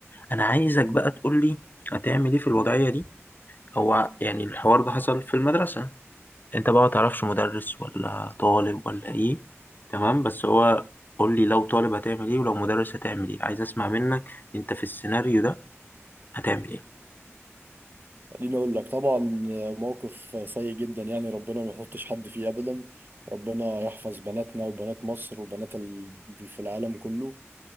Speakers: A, on the left (about 40°); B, on the right (about 45°).
A: انا عايزك
B: امم
A: بقى تقول لي هتعمل ايه في الوضعيه دي هو يعني الحوار ده حصل في المدرسه انت بقى ما تعرفش مدرس ولا طالب ولا ايه تمام بس هو قول لي لو طالب هتعمل ايه ولو مدرس هتعمل ايه عايز اسمع منك انت في السيناريو ده هتعمل ايه
B: خليني اقول لك طبعا موقف سيء جدا يعني ربنا ما يحطش حد فيه ابدا ربنا يحفظ بناتنا وبنات مصر وبنات ال- في العالم كله